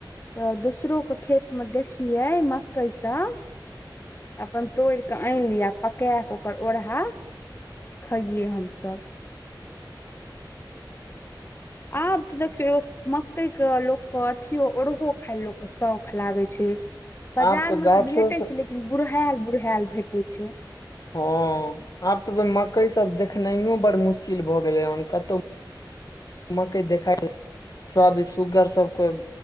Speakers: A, on the left; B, on the left.
A: त दोसरो के खेत मे देखियै मक्कई सब अपन तोड़ क आनि ली आ पका क ओरहा खइयै हमसब आब त देखियो ए मकई के लोक के अथियो ओरहो खाय ल लोक के शौख लागे छै बाजार
B: आब तऽ
A: मे
B: गाछो
A: त भेटैत
B: सब
A: छै लेकिन बुढ़हायल बुढ़ायल भेटैत छै
B: हँ आब त मकई सब देखनाइयो बड़ मुश्किल भ‌ गेलै हेन कतहु मकइ देखा छै सब सुुगर सब कोइ